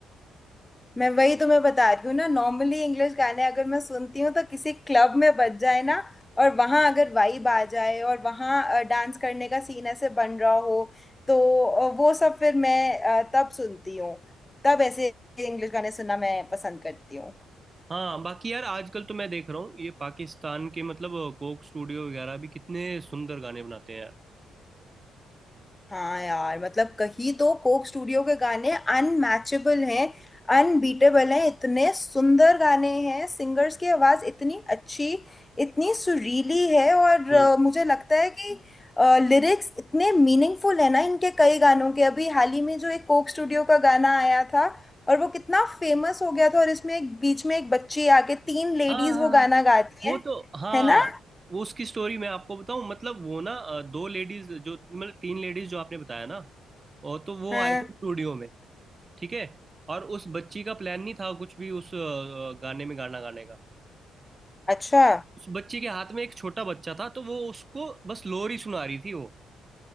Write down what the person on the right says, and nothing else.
हाँ बाकी यार आजकल तो मैं देख रहा हूँ ये पाकिस्तान के मतलब कोक स्टूडियो वगैरह भी कितने सुंदर गाने बनाते हैं यार
हम्म
हाँ हाँ
वो
तो हाँ
वो उसकी स्टोरी मैं आपको बताऊं मतलब वो ना अ, दो लेडीज जो मतलब तीन लेडीज जो आपने बताया ना और तो वो
आए थे स्टूडियो में ठीक है और उस बच्ची का प्लान नहीं था कुछ भी उस अ, गाने में गाना गाने का
उस बच्ची के हाथ में एक छोटा बच्चा था तो वो उसको बस लोरी सुना रही थी वो